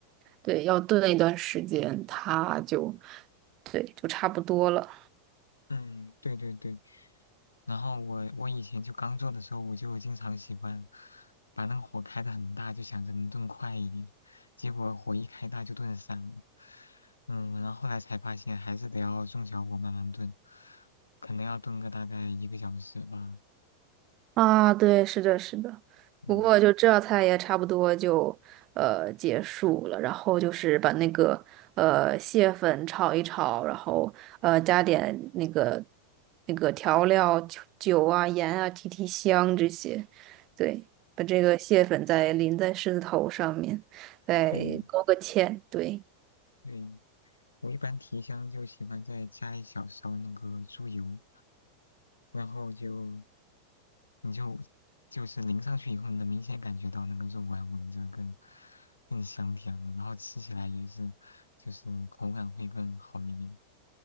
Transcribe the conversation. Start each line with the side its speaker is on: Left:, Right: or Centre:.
Right: 对，要炖一段时间，它就对，就差不多了。
Left: 嗯，对对对。然后我我以前就刚做的时候，我就经常喜欢把那个火开的很大，就想着能炖快一点，结果火一开大就炖散了。嗯，然后后来才发现还是得要中小火慢慢炖，可能要炖个大概一个小时吧。
Right: 啊，对，是的，是的。不过就这道菜也差不多就呃结束了，
Left: 嗯，
Right: 然后就是把那个呃蟹粉炒一炒，然后呃加点那个那个调料酒酒啊、盐啊提提香这些，对，把这个蟹粉再淋在狮子头上面，再勾个芡，
Left: 对
Right: 对。
Left: 对，我一般提香就喜欢再加一小勺那个猪油，然后就你就就是淋上去以后，你能明显感觉到那个肉丸闻着更更香甜了，然后吃起来也是就是口感会更好一点。